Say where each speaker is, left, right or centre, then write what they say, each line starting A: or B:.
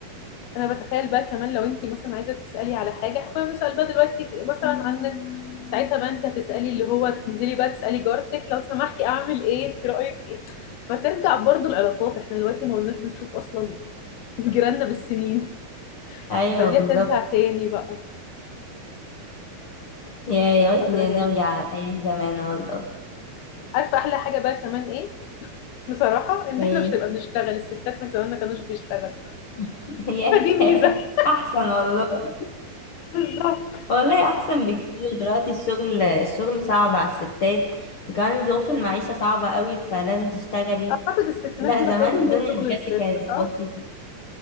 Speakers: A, on the left (about 80°); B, on the left (about 45°).
A: انا بتخيل بقى كمان لو انت مثلا عايزة تسألي على حاجة احنا كنا بنسأل بقى دلوقتي مثلا عن النت ساعتها بقى انت هتسألي اللي هو تنزلي بقى تسألي جارتك لو سمحتي اعمل ايه انت رأيك ايه فترجع برضه العلاقات احنا دلوقتي ما قلناش بنشوف اصلا جيراننا بالسنين
B: <laughs> ايوه
A: فدي
B: بالظبط
A: هترجع تاني بقى
B: يا يا ريتني
A: فتبقى جميلة
B: نرجع ايام زمان والله
A: عارفة احلى حاجة بقى كمان ايه بصراحة ان
B: ايه
A: احنا مش هنبقى بنشتغل الستات من زمان ما كانوش بيشتغلوا
B: <laughs> يا
A: فدي ميزة
B: احسن والله
A: بالظبط
B: والله احسن بكتير دلوقتي الشغل الشغل صعب على الستات وكمان ظروف المعيشة صعبة قوي فلازم تشتغلي
A: اعتقد الستينات
B: لا
A: دي ما
B: زمان
A: كانش
B: الدنيا
A: فيها شغل
B: بجد
A: للست
B: كانت
A: صح
B: بسيطة